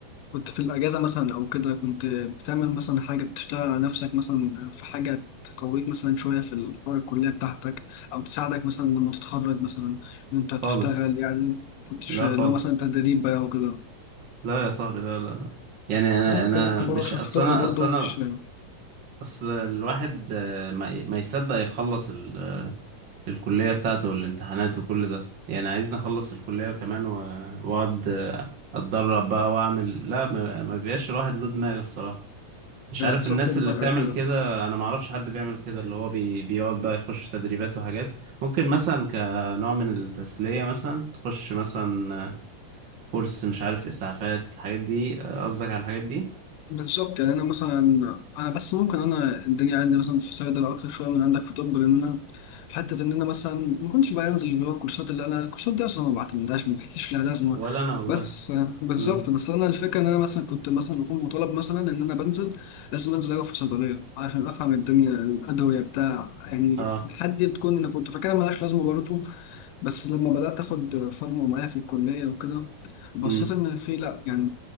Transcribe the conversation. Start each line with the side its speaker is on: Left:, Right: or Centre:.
Left: كنت في الأجازة مثلا أو كده كنت بتعمل مثلا حاجة بتشتغل على نفسك مثلا في حاجة تقويك مثلا شوية في الحوار الكلية بتاعتك أو تساعدك مثلا لما تتخرج مثلا إن أنت تشتغل
Right: خالص
Left: يعني كنتش
Right: لا
Left: لو
Right: خالص
Left: مثلا تدريب بقى وكده
Right: لا يا صاحبي لا لا لا يعني أنا
Left: ممكن
Right: أنا
Left: أنت برضه
Right: مش
Left: عشان
Right: أصل
Left: في طب
Right: أنا
Left: برضه
Right: أصل أنا
Left: مش
Right: أصل الواحد آه، ما ي- ما يصدق يخلص ال- آه، الكلية بتاعته والامتحانات وكل ده يعني عايزني أخلص الكلية كمان و- وأقعد آه، أتدرب بقى وأعمل لا ما ما بيبقاش الواحد له دماغ الصراحة مش عارف
Left: تصفي
Right: الناس
Left: دماغك
Right: اللي بتعمل
Left: كده
Right: كده انا ما اعرفش حد بيعمل كده اللي هو بي... بيقعد بقى يخش تدريبات وحاجات ممكن مثلا كنوع من التسلية مثلا تخش مثلا كورس مش عارف اسعافات الحاجات دي قصدك على الحاجات دي
Left: بالظبط يعني انا مثلا انا بس ممكن انا الدنيا عندي مثلا في صيدله اكتر شويه من عندك في طب لان انا حته ان انا مثلا ما كنتش بقى انزل اللي هو الكورسات اللي انا الكورسات دي اصلا ما بعتمدهاش ما بحسش لها لازمه
Right: ولا انا والله
Left: بس بالظبط
Right: امم
Left: بس انا الفكره ان انا مثلا كنت مثلا بكون مطالب مثلا ان انا بنزل لازم انزل اقف في صيدليه عشان افهم الدنيا الادويه بتاع يعني
Right: اه
Left: الحد دي بتكون انا كنت فاكرها ملهاش لازمه برضه بس لما بدأت آخد فورمة معايا في الكلية وكده بصيت
Right: امم
Left: إن في لأ يعني